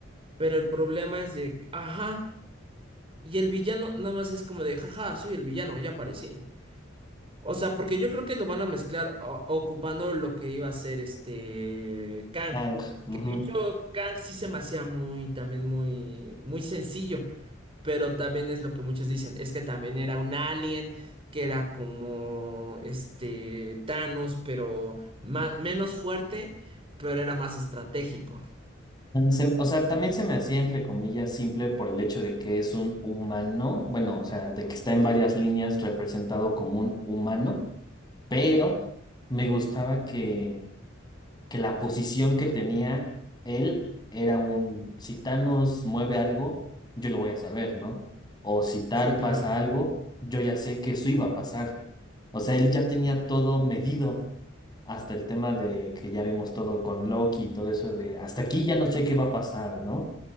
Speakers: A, on the right (about 30°); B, on the left (about 20°).
A: Pero el problema es de, ajá, y el villano nada más es como de, jaja, soy el villano, ya aparecí. O sea, porque yo creo que lo van a mezclar o- ocupando lo que iba a ser este Kang.
B: Kang, ujú.
A: Que de hecho Kang sí se me hacía muy, también muy, muy sencillo. Pero también es lo que muchos dicen, es que también era un alien, que era como este Thanos, pero ma- menos fuerte, pero era más estratégico.
B: No sé, O sea, también se me hacía entre comillas simple por el hecho de que es un humano, bueno, o sea, de que está en varias líneas representado como un humano, pero me gustaba que que la posición que tenía él era un, si Thanos mueve algo, yo lo voy a saber, ¿no? O si tal
A: Sí, claro.
B: pasa algo, yo ya sé que eso iba a pasar. O sea, él ya tenía todo medido, hasta el tema de que ya vimos todo con Loki y todo eso de, hasta aquí ya no sé qué va a pasar, ¿no?